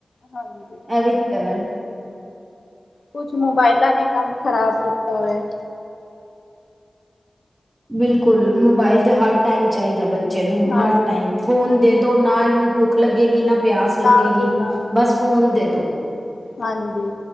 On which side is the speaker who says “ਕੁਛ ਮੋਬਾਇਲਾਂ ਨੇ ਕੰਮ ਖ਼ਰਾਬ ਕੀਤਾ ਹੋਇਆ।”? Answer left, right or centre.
Left